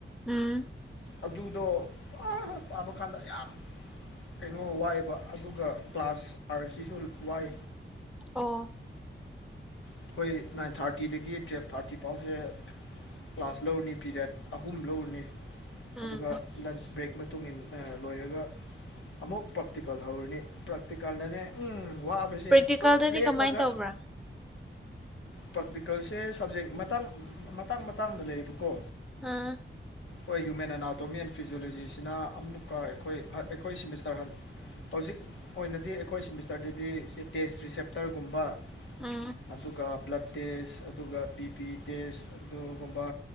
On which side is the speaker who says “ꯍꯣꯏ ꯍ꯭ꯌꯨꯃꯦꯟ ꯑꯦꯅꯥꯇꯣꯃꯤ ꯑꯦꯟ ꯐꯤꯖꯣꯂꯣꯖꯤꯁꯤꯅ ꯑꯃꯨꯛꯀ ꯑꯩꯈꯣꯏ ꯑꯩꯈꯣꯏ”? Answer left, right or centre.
Left